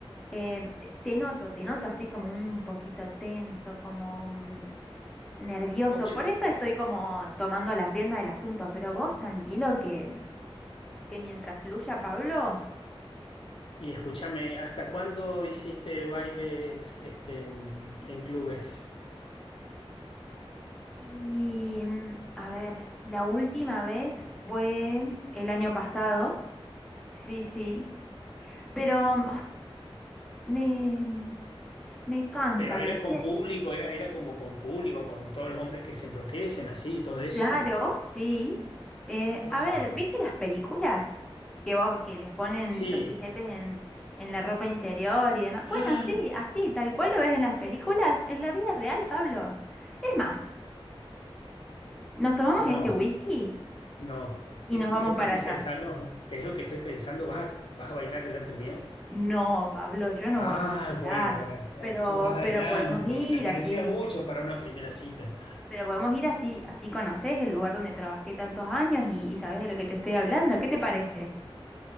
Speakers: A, in the centre; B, on the left (about 60°).
A: Em, te te noto, te noto así como un poquito tenso, como... mm, nervioso.
B: Ocho,
A: Por eso estoy como tomando las riendas del asunto, pero vos tranquilo que, que mientras fluya, Pablo.
B: y escúchame, ¿hasta cuándo hiciste bailes este, en en clubes?
A: Y mm, a ver, la última vez fue el año pasado. Sí, sí, pero mm, me, me cansa,
B: Pero era
A: ¿viste?
B: con público, era, era como con público, con todos los hombres que se enloquecen así y todo eso.
A: Claro, sí. Eh,
B: ¡Wow!
A: a ver, ¿viste las películas que vos que les ponen
B: Sí.
A: los billetes en, en la ropa interior y demás?
B: <gasps>
A: Bueno, sí, así, tal cual lo ves en las películas, en la vida real, Pablo. Es más, nos tomamos
B: No.
A: este whisky
B: No,
A: y
B: es,
A: nos vamos
B: es lo
A: para
B: que estoy
A: allá.
B: pensando, es lo que estoy pensando, ¿vas, vas a bailar delante mío?
A: No, Pablo, yo no
B: Ah,
A: voy a bailar,
B: bueno, para, bueno,
A: pero,
B: yo más adelante,
A: pero podemos ir
B: porque me parecía
A: así,
B: mucho para una primera cita.
A: pero podemos ir así, así conoces el lugar donde trabajé tantos años y, y sabes de lo que te estoy hablando. ¿Qué te parece?